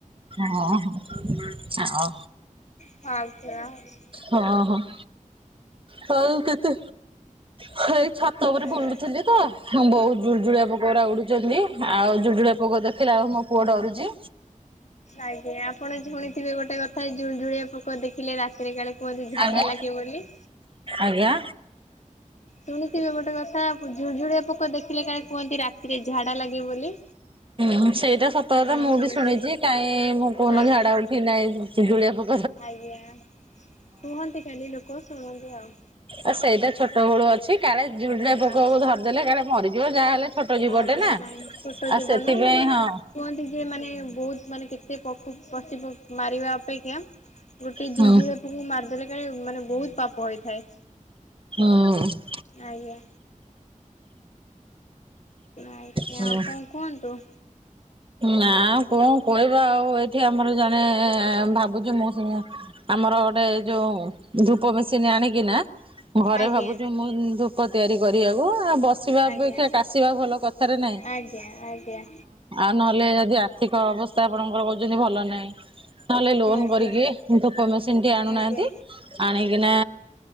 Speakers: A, on the right (about 40°); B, on the left (about 60°).
A: ହଁ, ହଁ ଅ
B: <unintelligible>
A: ହଁ, ହଁ ହଉ କେତେ ହେଇ ଛାତ ଉପରେ
B: ଆଜ୍ଞା।
A: ବୁଲୁଛନ୍ତି ତ? ବହୁତ୍ ଜୁଳୁଜୁଳିଆ ପୋକ ଗୁରା ଉଡୁଚନ୍ତି। ଆଉ ଜୁଜୁଳିଆ ପୋକ ଦେଖିଲେ ଆଉ ମୋ ପୁଅ ଡରୁଚ଼ି।
B: ଆଜ୍ଞା ଆପଣ ଝୁଣିଥିବେ ଗୋଟେ କଥା ଜୁଳୁଜଳିଆ ପୋକ ଦେଖିଲେ ରାତିରେ କାଳେ କୁହନ୍ତି ଝାଡ଼ା
A: ଆଜ୍ଞା
B: ଲାଗେ ବୋଲି।
A: ଆଜ୍ଞା
B: ଶୁଣିଥିବେ ଗୋଟେ କଥା ଜୁଳୁଜୁଳିଆ ପୋକ ଦେଖିଲେ କାଳେ କୁହନ୍ତି ରାତିରେ ଝାଡ଼ା ଲାଗିବ ବୋଲି।
A: ହୁଁ ସେଇଟା ସତ
B: ଆପଣ
A: କଥା ମୁଁ
B: ଶୁଣିଥିବେ
A: ବି ଶୁଣିଛି କାଇଁ ମୁଁ କୋଉ
B: ଆଜ୍ଞା
A: ଦିନ ଝାଡା ଉଠି ନାଇ ଝୁଳିଆ ପୋ
B: ଆଜ୍ଞା, କୁହନ୍ତି ଖାଲି ଲୋକ ଶୁଣନ୍ତି ଆଉ।
A: ଆ ସେଇଟା ଛୋଟ ବେଳୁ ଅ ଛି କାଳେ ଜୁଳୁଜୁଳିଆ ପୋକକୁ
B: ଆଜ୍ଞା।
A: ଧରିଦେଲେ କାଳେ ମରିଯିବ ଯାହାହେଲେ ଛୋଟ ଜିବଟେ
B: ଆଜ୍ଞା
A: ନା।
B: ନାଇଁ ଛୋଟ
A: ଆ
B: ଜୀବ
A: ସେଥିପାଇଁ
B: ନୁହଁ ମାନେ
A: ହଁ
B: କୁହନ୍ତି ଯେ ମାନେ ବହୁତ୍ ମାନେ କେତେ ପକ୍ଷୁ ପଶୁ ପକ୍ଷୀ ମାରିବା ଅପେକ୍ଷା ଗୋଟେ
A: ହୁଁ
B: ଜୁଳୁଜୁଳିଆ ପୋକକୁ ମାରିଦେଲେ କାଳେ ମାନେ ବହୁତ୍ ପାପ ହେଇଥାଏ।
A: ହଁ।
B: ଆଜ୍ଞା। ଆଜ୍ଞା,
A: ହୁଁ
B: ଆଉ କଣ କୁହନ୍ତୁ?
A: ନା ଆଉ କଣ କହିବା ଆଉ ଏଇଠି ଆମର ଜଣେ ଭାବୁଚୁ ମୁଁ ଆମର ଗୋଟେ ଯୋଉ ଧୂପ ମେସିନ୍ ଆଣିକି ନା ଘରେ
B: ଆଜ୍ଞା
A: ଭାବୁଚୁ ମୁଁ ଧୂପ ତିଆରି କରିବାକୁ ଆ ବସିବା
B: ଆଜ୍ଞା।
A: ଅପେକ୍ଷା
B: ଆଜ୍ଞା
A: କାଶିବା ଭଲ କଥାରେ ନାଇଁ <unintelligible>
B: ଆଜ୍ଞା ଆଜ୍ଞା।
A: ନହେଲେ ଯଦି ଆର୍ଥିକ ଅବସ୍ଥା ଆପଣଙ୍କର କହୁଛନ୍ତି ଭଲ ନାହିଁ। ନହେଲେ ଲୋନ୍
B: ଆଜ୍ଞା।
A: କରିକି ଧୂପ କମେସିନିଟି ଆଣୁନାହାନ୍ତି
B: ଆଜ୍ଞା
A: ଆଣିକିନା